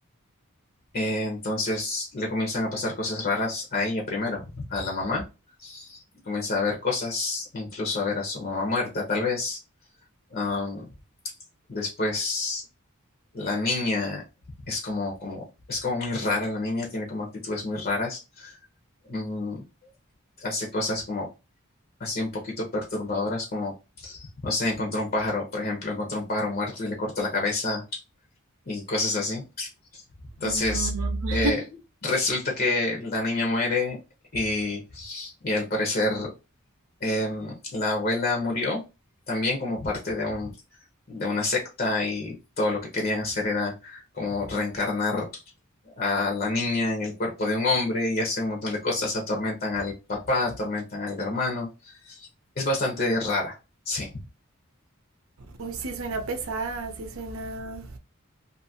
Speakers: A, on the left; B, on the right.
A: eh, entonces le comienzan a pasar cosas raras a ella primero, a la mamá. Comienza a ver cosas, incluso a ver a su mamá muerta, tal vez. Am, después La niña es como, como, es como muy rara la niña, tiene como actitudes muy raras. Mm, hace cosas como así un poquito perturbadoras, como, no sé, encontró un pájaro, por ejemplo, encontró un pájaro muerto y le cortó la cabeza y cosas así. Entonces,
B: Mm,
A: eh, resulta que la niña muere y, y al parecer em, la abuela murió también como parte de un, de una secta y todo lo que querían hacer era como reencarnar a la niña en el cuerpo de un hombre y hacen un montón de cosas, atormentan al papá, atormentan al hermano. Es bastante rara, sí,
B: Uy, sí suena pesada, sí suena,